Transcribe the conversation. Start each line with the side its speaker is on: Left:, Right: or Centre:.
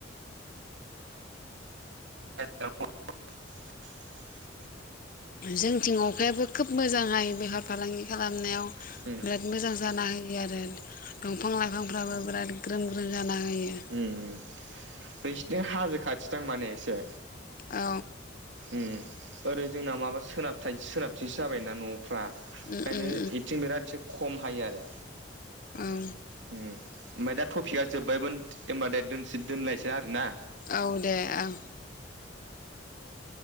Right: <unintelligible>
Left: जोंथिं अखायाबो खोब मोजां हायो बेफार फालांगि खालामनायाव
Right: नोंसिनि
Left: बिराद मोजां जाना होयो आरो दंफां-लाइफांफ्राबो बिराद ग्रोम ग्रोम जाना होयो
Right: उम बै <unintelligible> हाजो खाथिदां माने एसे।
Left: औ।
Right: ओम ओरै जोंना माबा सोनाबथा सोनाबथिसो जाबायना न'आ फ्रा ओंखायनो
Left: उम उम
Right: इथिं बिराद एसे खम हायो आरो
Left: उम
Right: होम। ओमफाय दा टफपिकआ जोबबायमोन एमबादे दोन दोनलायनोसो आरोना।
Left: औ दे ओं।